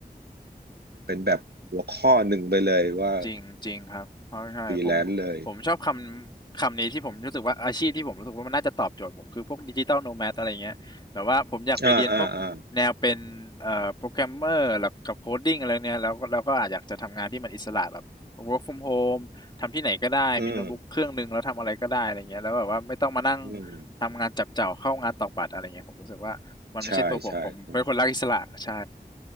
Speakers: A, on the right; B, on the left.
A: เป็นแบบหัวข้อหนึ่งไปเลยว่า
B: จริงจริงครับเพราะใช่ผมผมชอบคำคำนี้ที่ผมรู้สึกว่าอาชีพที่ผมรู้สึกว่ามันน่าจะตอบโจทย์ผมคือพวกดิจิตอลโนแมดอะไรเงี้ยแบบว่าผมอยากไปเรียนพวกแนวเป็นเอ่อโปรแกรมเมอร์แล้วกับโคดดิ้งอะไรเนี้ยแล้วก็แล้วก็อาจอยากจะทำงานที่มันอิสระแบบ
A: ฟรีแลนซ์เลยอ่าอ่าอ่า
B: work from home ทำที่ไหนก็ได้มีโน้ตบุ๊กเครื่องหนึ่งแล้วทำอะไรก็ได้อะไรเงี้ยแล้วแบบว่าไม่ต้องมานั่ง
A: อืมอืม
B: ทำงานจับเจ่าเข้างานตอกบัตรอะไรเงี้ยผมรู้สึกว่ามันไม่ใช่ตัวผมผมเป็นคนรักอิสระใช่
A: ใช่ใช่ใช่